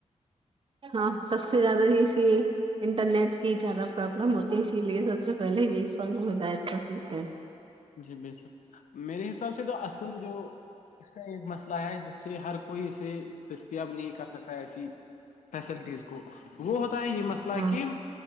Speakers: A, on the right; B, on the left.
A: ہاں سب سے زیادہ یہی انٹرنیٹ کی زیادہ پرابلم ہوتی ہے اسی لیے سب سے پہلے یہی سالو ہو جائے تو ٹھیک ہے
B: جی بالکل میرے حساب سے تو اصل جو اس کا ایک مسئلہ ہے جس سے ہر کوئی اسے دستیاب نہیں کر سکتا ہے ایسی فیسلٹیز کو وہ ہو ہے یہ مسئلہ
A: ہاں
B: کہ